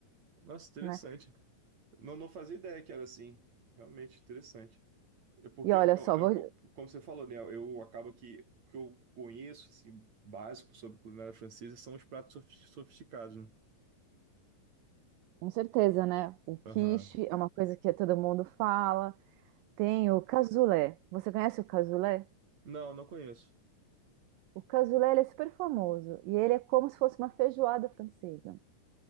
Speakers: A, on the right (about 50°); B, on the right (about 80°).
A: Nossa, interessante.
B: né?
A: Não, não fazia ideia que era assim. Realmente interessante. É porque
B: E olha
A: eu, co-
B: só,
A: eu
B: vou-
A: co- como você falou, né? Eu acabo que o que eu conheço, assim, básico sobre culinária francesa são os pratos sofi- sofisticados, né?
B: com certeza, né? O quiche
A: Aham.
B: é uma coisa que todo mundo fala. Tem o cassoulet. Você conhece o cassoulet?
A: Não, não conheço.
B: O cassoulet, ele é super famoso e ele é como se fosse uma feijoada francesa.